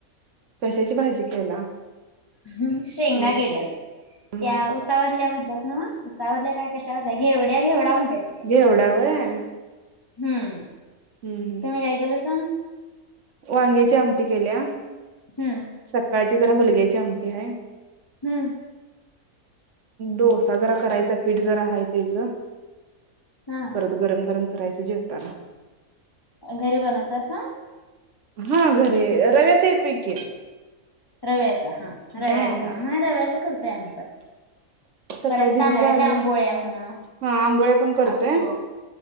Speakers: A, on the right (about 60°); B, on the left (about 35°).
A: कशाची भाजी केला.
B: हम् शेंगा
A: हम्म
B: केल्यात.
A: हम्म
B: त्या ऊसावरल्या म्हणत्यात नव्ह उसावरल्या काय कशावरल्या घेवडा घेवडा म्हणत्यात.
A: घेवडा व्हय?
B: हम्म
A: हम हम
B: तुम्ही काय केलंसा
A: वांग्याची आमटी केल्या
B: हम्म‌
A: सकाळची जरा हुलग्याची आमटी आहे.
B: हम्म
A: डोसा जरा करायचा पीठ जरा आहे तेच.
B: हा
A: परत गरम गरम करायचं जेवताना
B: घरी बनवतायसा?
A: हा घरी रव्याचा येतोय की
B: रव्याचा हां रव्याचा
A: हा
B: हां रव्याचा करतोय आम्हीपण
A: सकाळी
B: परत
A: भिजत
B: तांदळाच्या
A: घालून
B: आंबोळ्या म्हणा
A: हा आंबोळ्या पण करतोय
B: आप्प